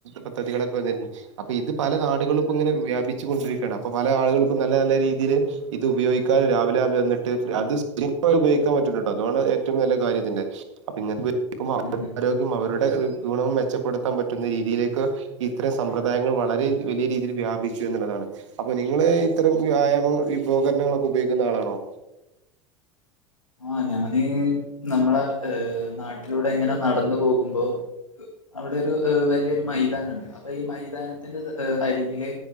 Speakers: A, on the right; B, on the left.
A: പദ്ധതികളൊക്കെ വന്നിരുന്നു അപ്പൊ ഇത് പല നാടുകളും ഇപ്പോ ഇങ്ങനെ വ്യാപിച്ചു കൊണ്ടിരിക്ക അപ്പൊ പല ആളുകൾക്കും നല്ല നല്ല രീതിയില് ഇത് ഉപയോഗിക്കാനും രാവിലെ രാവിലെ വന്നിട്ട് അത് ഉപോഗിക്കാൻ പറ്റുന്നു കേട്ടോ അതാണ് ഏറ്റവും നല്ല കാര്യത്തിന്റെ അപ്പൊ ഇങ്ങനുമ്പോ അവരുടെ
B: ഉം ഉം
A: ആരോഗ്യം അവരുടെ ഗുണവും മെച്ചപ്പെടുത്താൻ പറ്റുന്ന രീതിയിലേക്ക് ഇത്തരം സമ്പ്രദായങ്ങൾ വളരെ വലിയ രീതിയിൽ വ്യാപിച്ചു എന്നുള്ളതാണ് അപ്പൊ നിങ്ങള് ഇത്തരം വ്യായാമ ഉപകരണങ്ങളൊക്കെ ഉപയോഗിക്കുന്ന ആളാണോ
B: ആ ഞാനീ നമ്മളെ ഏ നാട്ടിലൂടെ എങ്ങനെ നടന്നു പോകുമ്പോ അവിടെ ഒരു വലിയൊരു മൈതാനുണ്ട് അപ്പൊ ഈ മൈതാനത്തിന്റെ അരികില്